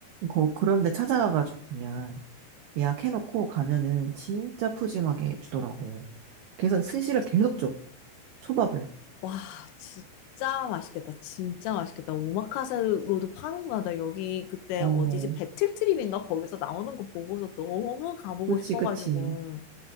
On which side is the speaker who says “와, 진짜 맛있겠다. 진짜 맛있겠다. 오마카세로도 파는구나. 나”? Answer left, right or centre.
Left